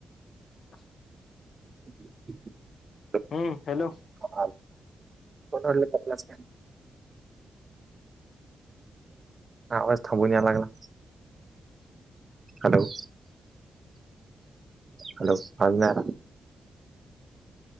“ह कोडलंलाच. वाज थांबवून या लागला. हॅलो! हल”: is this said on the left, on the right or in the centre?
Right